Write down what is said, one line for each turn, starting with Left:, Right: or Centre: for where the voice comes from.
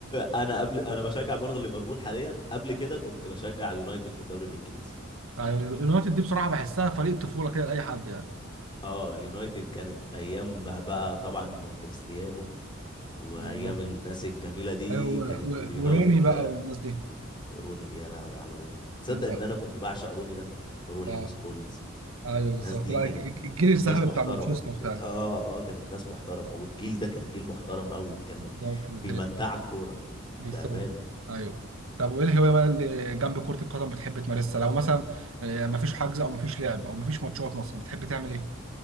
Left: انا قبل انا بشجع برضو ليفربول حاليا قبل كده كنت بشجع يونايتد في الدوري الانجليزي
Right: يعني اليونايتد دي بصراحة بحسها فريق طفولة كده لأي حد يعني
Left: اه اليونايتد كانت ايام ما بقى طبعا كريستيانو وايام
Right: بالظبط
Left: الناس الجميله دي
Right: أيوه و-
Left: كانت
Right: و-
Left: اليونايتد
Right: وروني بقى
Left: آه،
Right: والناس دي
Left: روني يا لهوي على روني تصدق
Right: هو-
Left: ان انا كنت بعشق روني ده روني
Right: آه،
Left: وسكولز
Right: أيوه بالظبط
Left: الناس دي
Right: لا
Left: كانت
Right: الج- الج- الجيل الذهبي
Left: ناس محترمه
Right: بتاع مانشستر فعلا
Left: اه اه كانت ناس محترمه والجيل ده كان جيل محترم قوي كان
Right: بالظبط دي
Left: بيمتع
Right: حقيقة.
Left: الكوره
Right: بالظبط
Left: بامانه
Right: ايوه طب وايه الهوايه بقى اللي جنب كره القدم بتحب تمارسها لو مثلا آه، مفيش حجز او مفيش لعب او مفيش ماتشات مثلا بتحب تعمل ايه